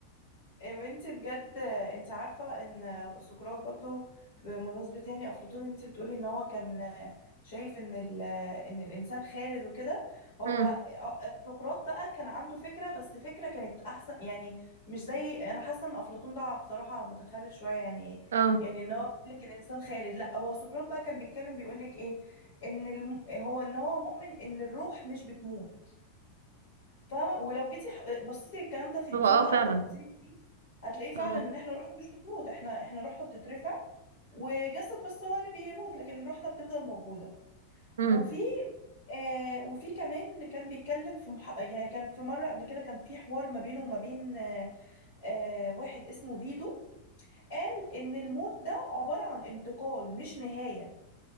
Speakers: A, on the left (about 55°); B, on the right (about 65°).
A: يا بنتي بجد انت عارفة ان سقراط برضو بمناسبة يعني افلاطون انت بتقولي ان هو كان شايف ان ال- ان الانسان خالد وكده هو
B: امم
A: سقراط بقى كان عنده فكرة بس فكرة كانت احسن يعني مش زي انا حاسة ان افلاطون ده بصراحة متخلف شوية يعني
B: اه
A: يعني ان هو بيقول لك الانسان خالد لا هو سقراط بقى كان بيتكلم بيقول لك ايه ان الم... هو ان هو مؤمن ان الروح مش بتموت فاهمه ولو جيتي ح- بصيتي الكلام ده في الدين
B: هو اه
A: بقى
B: فعلا
A: وربطتيه بالدين هتلاقيه فعلا
B: اه
A: ان احنا روحنا مش بتموت احنا احنا روحنا بتترفع وجسد بس هو اللي بيموت لكن روحنا بتفضل موجوده
B: امم
A: وفي آه وفي كمان كان بيتكلم في مح... يعني كان في مرة قبل كده كان في حوار ما بينه وما بين آه آه واحد اسمه فيدو قال إن الموت ده عبارة عن انتقال مش نهاية